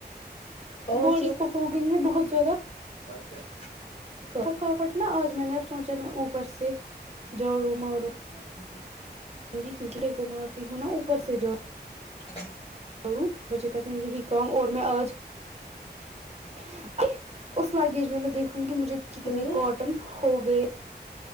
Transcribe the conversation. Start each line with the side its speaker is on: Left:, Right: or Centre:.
Left: اور
Right: بوڑی کو ہو گئی ہے بہت زیادہ
Left: اچھا <unintelligible>
Right: تھکاوٹ نا آج میں نے اب سوچا میں اوپر سے جاڑوں م <unintelligible>
Left: سر سر <unintelligible>
Right: جوں گی کیونکہ رے کوو مارتی ہوں نا اوپر سے جاؤ
Left: جیی <unintelligible>
Right: دوڑوں بجے تک میں یہی کام اور میں آج ا اس <unintelligible> لگیج میں دیکھوں گی مجھے کتنے
Left: ہوں
Right: کاٹن ہو گئے <unintelligible>